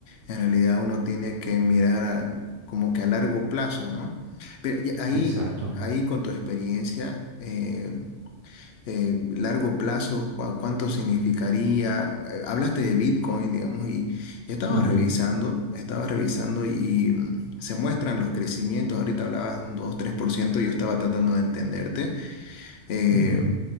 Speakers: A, on the left; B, on the right.
A: en realidad uno tiene que mirar a- como que a largo plazo, ¿no? Pero y ahí,
B: Exacto.
A: ahí con tu experiencia, eh, eh, largo plazo, ¿cu- ¿cuánto significaría? Eh, Hablaste de Bitcoin, digamos, y yo estaba
B: Ujú,
A: revisando, estaba revisando y... mm, Se muestran los crecimientos, ahorita hablabas de un dos tres por ciento, yo estaba tratando de entenderte, eh,
B: ujú,